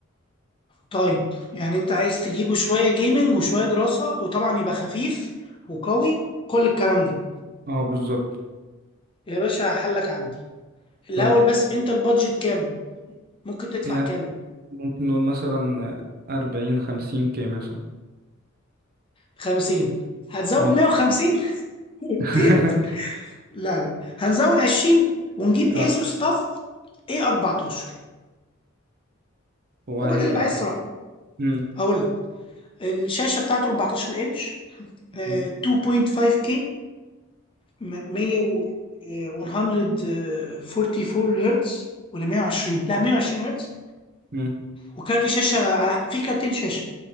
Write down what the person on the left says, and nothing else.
طيب يعني انت عايز تجيبه شوية جيمنج وشوية دراسة وطبعا يبقى خفيف وقوي كل الكلام ده
يا باشا حلك عندي الأول
بس انت البادجت كام ممكن تدفع
كام
خمسين هتزود
مية وخمسين <laughs>
ونجيب لا لا هنزود عشرين ونجيب ايسوس
طف اي 14
هو ده اللي معايا الصراحة
اقول لك الشاشة بتاعته 14 انش 2.5K
م- 100 و- آه، 144 هرتز ولا 120 لا 120 هرتز
وكارت شاشه على في كارتين شاشه